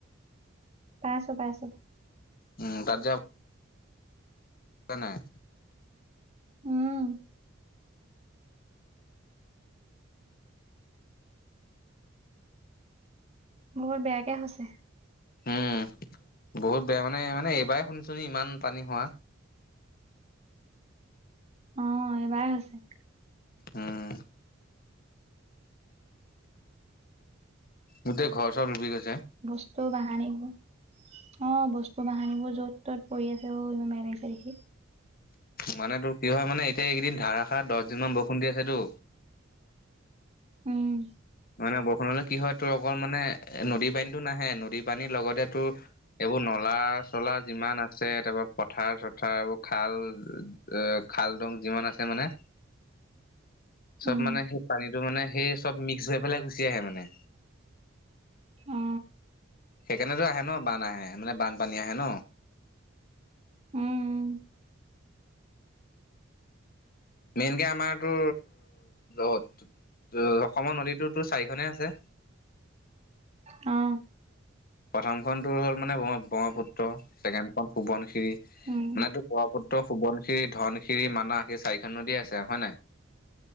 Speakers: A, on the right; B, on the left.
A: পাইছোঁ পাইছোঁ।
B: উম তাতে। নাই।
A: উম। বহুত বেয়াকে হৈছে।
B: উম বহুত বেয়া মানে মানে এইবাৰ শুনিছো নি ইমান পানী হোৱা।
A: অ এইবাৰে হৈছে।
B: উম। গোটেই ঘৰ চৰ ডুবি গৈছে।
A: বস্তু বাহানিবোৰ। অ বস্তু বাহানিবোৰ য'ত ত'ত পৰি আছে অ ইমান বেয়া লাগিছে দেখি।
B: মানে টো কি হয় মানে এতিয়া এইকেইদিন ধাৰাষাৰ দহ দিন মান বৰসুণ দি আছেতো।
A: উম।
B: নহয় নহয় বৰষুণলৈ কি হয় তোৰ অকল মানে নদী পানীটো নাহে নদীৰ পানীৰ লগতে তোৰ। এইবোৰ নলা চলা যিমান আছে তাৰপা পথাৰ চথাৰ এইবোৰ খাল। এ খালদং যিমান আছে মানে।
A: উম
B: চব মানে সেই পানীটো মানে সেই চব মিক্স হৈ পেলাই গুচি আহে মানে।
A: অ
B: সেইকাৰণেতো আহে ন বান আহে মানে বানপানী আহে ন।
A: উম
B: মেইন কে আমাৰতো অসমৰ নদীটো চাৰিখনে আছে।
A: অ।
B: প্ৰথমখন তোৰ হ'ল মানে ব্ৰহ্মপুত্ৰ ছেকেণ্ড খন সুৱণশিৰি মানে
A: উম
B: তোৰ। পুত্ৰ সোৱনশিৰি ধনশিৰি মানাহ এই চাৰিখন নদী আছে হয় নে নাই?